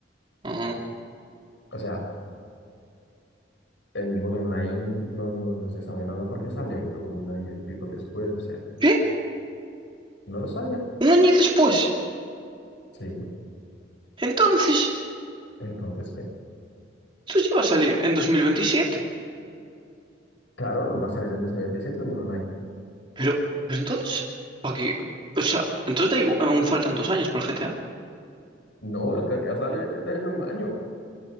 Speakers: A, on the right; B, on the left.
A: Ah.
B: O sea, el modo online no, no, no se sabe nada porque sale un año y pico después, o sea,
A: ¿Qué?
B: no lo sabía.
A: ¿Un año después?
B: Sí,
A: Entonces,
B: entonces, ¿qué?
A: entonces ya va a salir en 2027.
B: Claro, va a salir en 2027 el modo online.
A: Pero, pero entonces, ¿para qué? O sea, entonces da igual, aún faltan dos años para el GTA.
B: No, el GTA sale en un año.